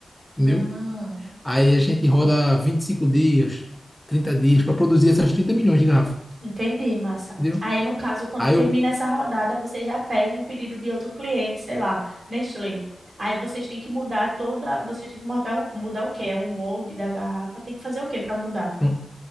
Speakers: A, in the centre; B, on the right (about 65°).
A: entendeu?
B: Hum,
A: Aí a gente roda 25 dias, 30 dias para produzir essas 30 milhões de garrafa,
B: entendi, massa.
A: entendeu?
B: Aí, no caso, quando
A: Aí
B: termina
A: eu,
B: essa rodada, vocês já pegam um pedido de outro cliente, sei lá, Nestlé. Aí vocês têm que mudar toda. Vocês têm que mudar, o- mudar o quê? É o molde da garrafa. Tem que fazer o quê para mudar?
A: pronto,